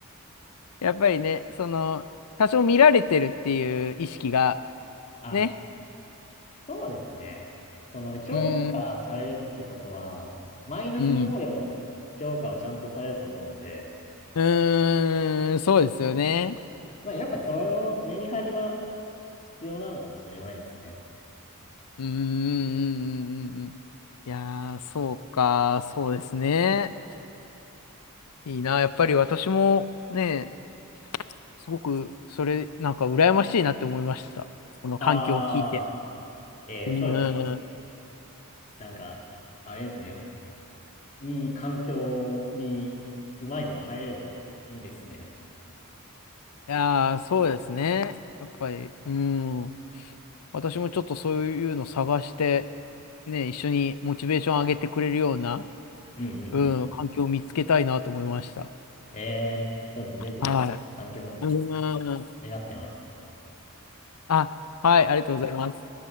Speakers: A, on the left; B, on the left.
A: やっぱりね、その、多少見られてるっていう意識が、
B: <laughs> あ、
A: ね、
B: そうですね。その評価されるってことは、
A: うん
B: マイナスの方でも評価はちゃんとされると思うんで、
A: うん、うん。うーん、そうですよね。
B: まあやっぱそのメリハリは必要なのかもしれないですね。
A: うーん、うんうんうんうんいやー、そうか、そうですね。いいな、やっぱり私もね、すごく、それ、なんか羨ましいなって思いました。この環境を聞いて。
B: ああ、えー、
A: うーん。
B: そうです。なんか、あれですね。いい環境にうまいこと入れるといいですね。
A: いやー、そうですね。やっぱり、うーん。私もちょっとそういうの探して、ね、一緒にモチベーション上げてくれるような、
B: うんうんう
A: うん、環境を見つけたいなと思いました。
B: ん。えー、ちょっとぜひ、
A: は
B: いい環境
A: い。うーん。
B: 願ってます。
A: あ、はい、ありがとうございます。